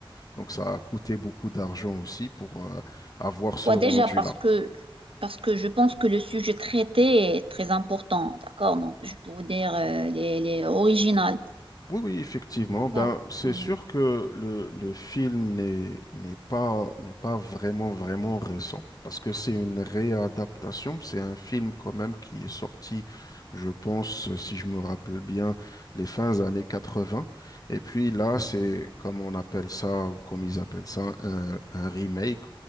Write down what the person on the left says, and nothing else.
donc ça a coûté beaucoup d'argent aussi pour euh, avoir ce
rendu-là.
Oui, oui, effectivement.
Ben, c'est
sûr que le, le film n'est n'est pas n'est pas vraiment vraiment récent parce que c'est une réadaptation. C'est un film quand même qui est sorti, je pense, si je me rappelle bien, les fins années 80. Et puis là, c'est comme on appelle ça ou comme ils appellent ça un, un remake.